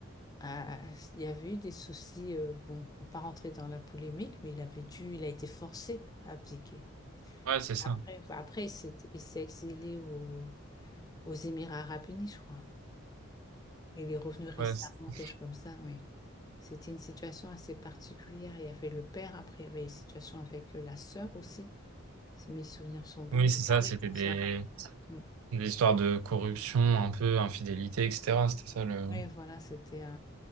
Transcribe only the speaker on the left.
Ah, il y avait eu des soucis, euh, bon, on va pas rentrer dans la polémique, mais il avait dû, il a été forcé à abdiquer.
Après, enfin, après, il s'est il s'est exilé au- aux Émirats arabes unis, je crois. Il est revenu récemment,
quelque chose comme ça, oui. C'était une situation assez particulière. Il y avait le père, après, il y avait une situation avec euh, la sœur aussi, si mes souvenirs sont bons,
le
mari
de la
sœur. ouais. Mm.
Oui, voilà, c'était euh,